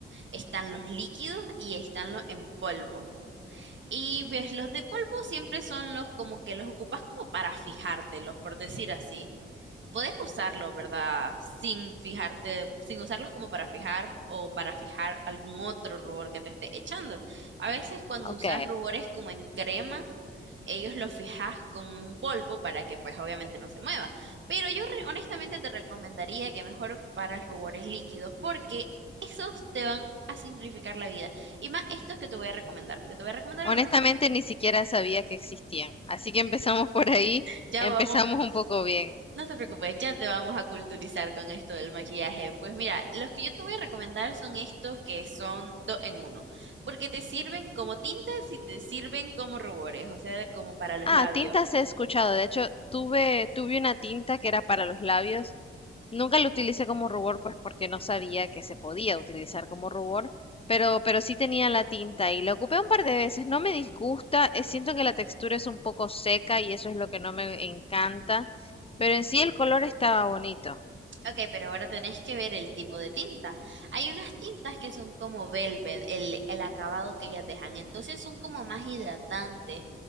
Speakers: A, on the right; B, on the left.
A: están los líquidos y están los en polvo. Y ves, los de polvo siempre son los como que los ocupas como para fijártelos, por decir así. Puedes usarlos, ¿verdad? Sin fijarte, sin usarlos como para fijar o para fijar algún otro rubor que te esté echando. A veces cuando
B: Ok.
A: usas rubores como en crema, ellos lo fijas con un polvo para que pues obviamente no se mueva. Pero yo re- honestamente te recomendaría que mejor ocuparas rubores líquidos porque esos te van a simplificar la vida. Y más estos que te voy a recomendar, porque te voy a recomendar
B: Honestamente,
A: uno.
B: ni siquiera sabía que existían. Así que empezamos por ahí.
A: Ya
B: Empezamos
A: vamos,
B: un poco bien.
A: no te preocupes, ya te vamos a culturizar con esto del maquillaje. Pues mira, los que yo te voy a recomendar son estos que son dos en uno, porque te sirven como tintas y te sirven como rubores, o sea, como para los
B: Ah,
A: labios.
B: tintas he escuchado. De hecho, tuve, tuve una tinta que era para los labios Nunca lo utilicé como rubor, pues porque no sabía que se podía utilizar como rubor, pero, pero sí tenía la tinta y la ocupé un par de veces. No me disgusta, eh, siento que la textura es un poco seca y eso es lo que no me encanta, pero en sí el color estaba bonito.
A: Ok, pero ahora tenés que ver el tipo de tinta. Hay unas tintas que son como velvet, el, el acabado que ellas dejan. Entonces son como más hidratantes